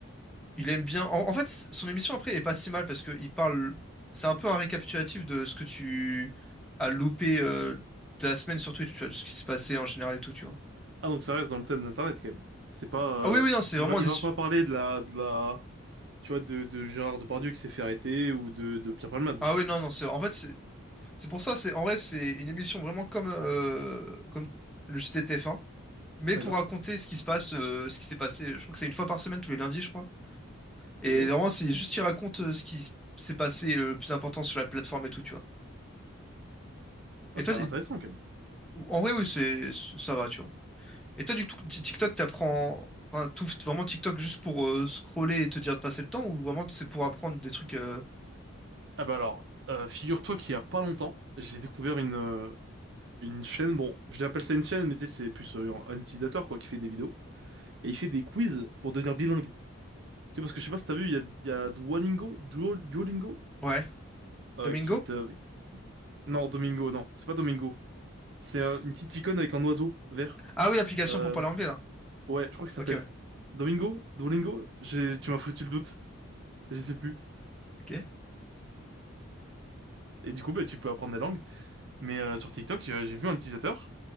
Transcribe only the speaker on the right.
Ah, donc ça reste dans le thème d'Internet, quand même. C'est pas...
euh,
Il va, il
va
pas parler de la... De la... Tu vois, de, de Gérard Depardieu qui s'est fait arrêter ou de, de Pierre Palmade.
D'accord?
Ok.
Ah,
ça
a l'air
intéressant, quand même.
Ah bah alors, euh, figure-toi qu'il y a pas longtemps, j'ai découvert une, euh, une chaîne, bon, je l'appelle ça une chaîne, mais tu sais, c'est plus euh, un utilisateur, quoi, qui fait des vidéos. Et il fait des quiz pour devenir bilingue. Tu sais, parce que je sais pas si t'as vu, il y a, il y a Duolingo, Duo- Duolingo
euh,
qui te... Non, Domingo, non, c'est pas Domingo. C'est euh, une petite icône avec un oiseau vert.
Euh,
ouais, je crois qu'il s'appelle
Domingo, Dolingo. J'ai- Tu m'as foutu le doute, je sais plus.
Et du coup, bah, tu peux apprendre des langues. Mais euh, sur TikTok, euh, j'ai vu un utilisateur